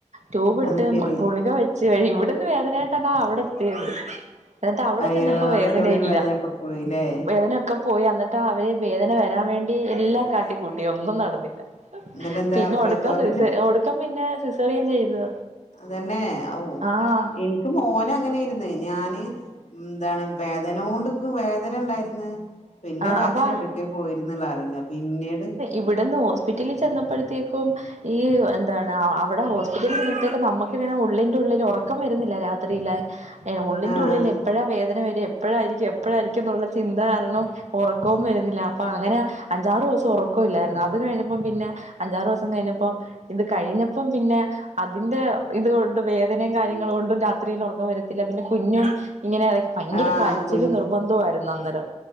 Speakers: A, on the right; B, on the left.
A: റ്റൂബ്ട്ട്
B: അത് ശെരി
A: ഗുളിക വെച്ച് വഴിഇവിട്ന്ന് വേദനയായിട്ടന്നാ അവിടെത്തിത് എന്ന്ട്ട് അവിടെ
B: അയ്യോ
A: ചെന്നപ്പോ
B: അവിടെ
A: വേദനയില്ല
B: എത്തിയപ്പോത്തിന് വേദനൊക്കെ പോയില്ലേ
A: വേദനൊക്കെ പോയി അന്ന്ട്ട് അവരെ വേദന വരാൻവേണ്ടി എല്ലാം കാട്ടിക്കൂട്ടി ഒന്നും നടന്നില്ല
B: എന്നിട്ട് എന്താ
A: പിന്നെ
B: പ്രസവം
A: ഒടുക്കം സിസേ
B: തന്നെ
A: ഒടുക്കം പിന്നെ സിസേറിയൻ ചെയ്ത്
B: തന്നെ ഓഹ്
A: ആഹ്
B: എന്ക്ക് മോനങ്ങനെര്ന്ന് ഞാന് ന്താണ് വേദനൊണ്ട്ക്ക് വേദനണ്ടായിര്ന്ന് പിന്നെ
A: ആഹ്
B: വേദനെവ്ടിക്കെ
A: അപ്പൊ
B: പോയിര്ന്ന് ള്ളെറിയില്ല പിന്നീട്
A: ഇവിടന്ന് ഹോസ്പിറ്റലിൽ ചെന്നപ്പഴത്തേക്കും ഈഹ് എന്താണ് അവ്ടെ ഹോസ്പിറ്റലിൽ ചെല്ലുമ്പഴത്തേക്കും നമ്മക്ക്ങ്ങനെ ഉള്ളിന്റെ ഉള്ളിലൊറക്കം വരുന്നില്ല രാ <unintelligible> ഉള്ളിന്റെ
B: ആഹ്
A: ഉള്ളില്
B: ആഹ്
A: എപ്പഴാ വേദന വെര എപ്പഴായിയിരിക്കും എപ്പഴായിരിക്കുംന്നുള്ള ചിന്ത കാരണം ഒറക്കവും വരുന്നില്ല പ്പങ്ങനെ അഞ്ചാറുസം ഒറക്കവില്ലായിരുന്നു അത് കഴിഞ്ഞപ്പം പിന്നെ അഞ്ചാറൂസം കഴിഞ്ഞപ്പം ഇത് കഴിഞ്ഞപ്പം പിന്നെ അതിന്റെ ഇത് കൊണ്ട് വേദനെ കാര്യങ്ങള്കൊണ്ടും രാത്രിയിൽ ഒറക്കം വര പിന്നെ പിന്നെ കുഞ്ഞും ഇങ്ങനെ അതൊക്കെ ഭയങ്കര
B: ആഹ്
A: കരച്ചിലും
B: കുഞ്
A: നിർബന്ധവായിരുന്നു അന്നേരം